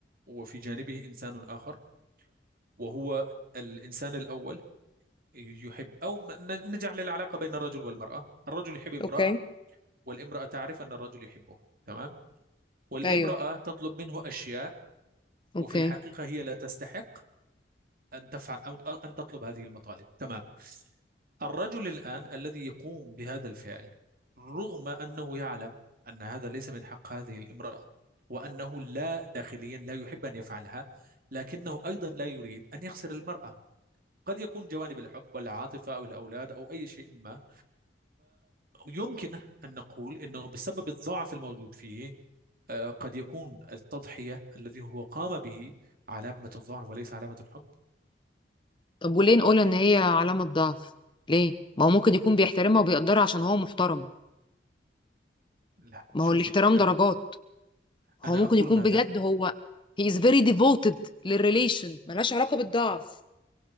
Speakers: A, on the right (about 55°); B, on the left (about 30°).
A: وفي جانبه إنسان آخر وهو الإنسان الأول يحب أو م- ن- نجعل العلاقة بين الرجل والمرأة الرجل يحب امرأة
B: اوكي
A: والامرأة تعرف أن الرجل يحبه تمام والامرأة
B: ايوه
A: تطلب منه أشياء
B: اوكي
A: وفي الحقيقة هي لا تستحق أن تفعل أو أن تطلب هذه المطالب تمام الرجل الآن الذي يقوم بهذا الفعل رغم أنه يعلم أن هذا ليس من حق هذه الامرأة وأنه لا داخليا لا يحب أن يفعلها لكنه أيضا لا يريد أن يخسر المرأة قد يكون جوانب الحب والعاطفة أو الأولاد أو أي شيء ما فيمكن أن نقول أنه بسبب الضعف الموجود فيه آه، قد يكون التضحية الذي هو قام به علامة الضعف وليس علامة الحب
B: طب وليه نقول ان هي علامة ضعف ليه ما هو ممكن يكون بيحترمها وبيقدرها عشان هو محترم
A: لا
B: ما
A: شوفي
B: هو الاحترام
A: أ-
B: درجات هو
A: أنا
B: ممكن
A: أقول
B: يكون
A: ماذا
B: بجد هو he is very devoted للريليشن ملهاش علاقة بالضعف